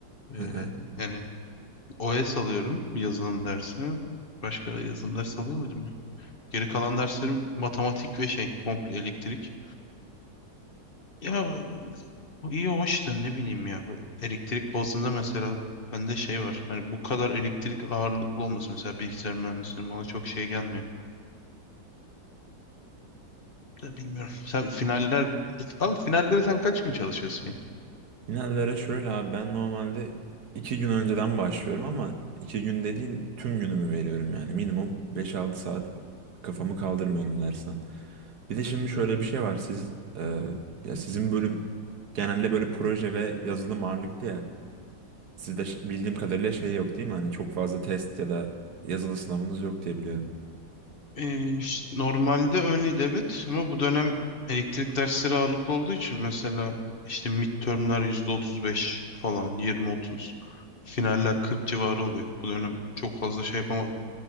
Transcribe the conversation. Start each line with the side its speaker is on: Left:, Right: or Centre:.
Right: Hı
Left: E,
Right: hı.
Left: yani OS alıyorum yazılım dersi. Başka yazılım dersi alıyor muydum ya? Geri kalan derslerim matematik ve şey komple elektrik. Ya bu iyi hoş da ne bileyim ya. Bu elektrik bazında mesela bende şey var. Hani bu kadar elektrik ağırlıklı olması mesela bilgisayar mühendisliğinin bana çok şey gelmiyor. Ya bilmiyorum. Sen finaller... Abi finallere sen kaç gün çalışıyorsun ya?
Right: Finallere şöyle abi ben normalde iki gün önceden başlıyorum ama iki gün dediğim tüm günümü veriyorum yani. Minimum beş altı saat kafamı kaldırmıyorum dersten. Bir de şimdi şöyle bir şey var siz e, ya sizin bölüm genelde böyle proje ve yazılım ağırlıklı ya. Sizde ş- bildiğim kadarıyla şey yok değil mi? Hani çok fazla test ya da yazılı sınavınız yok diye biliyorum.
Left: Ee, işte normalde öyleydi evet ama bu dönem elektrik dersleri ağırlıklı olduğu için mesela işte midtermler %35 falan yirmi otuz, finaller 40 civarı oluyor. Bu dönem çok fazla şey yapamadım.